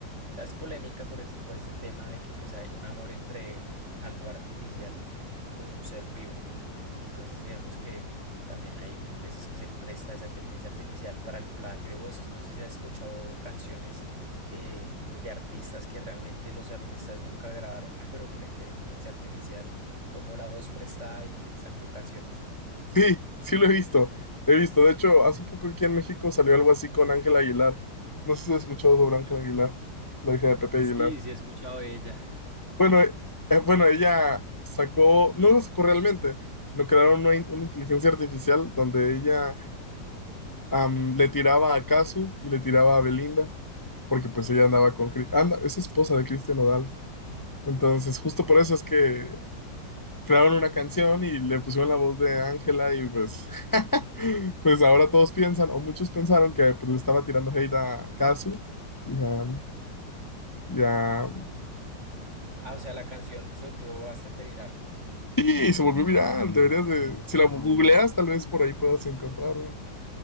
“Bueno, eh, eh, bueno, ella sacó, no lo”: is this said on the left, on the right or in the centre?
Left